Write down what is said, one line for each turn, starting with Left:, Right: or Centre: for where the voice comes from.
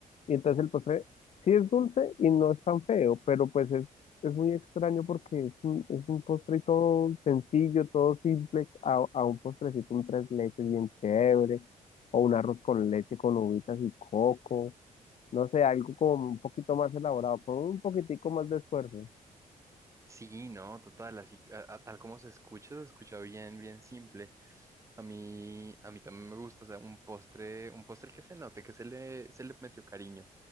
Left: Y entonces el postre sí es dulce y no es tan feo, pero pues es, es muy extraño porque es un, es un postre todo sencillo, todo simple, a, a un postrecito, un tres leches bien chévere, o un arroz con leche con uvitas y coco. No sé, algo como un poquito más elaborado, con un poquitico más de esfuerzo.
Right: sí, no, total, así, a- a- tal como se escucha, se escucha bien, bien simple. A mí, a mí también me gusta, o sea, un postre, un postre que se note, que se le, se le metió cariño.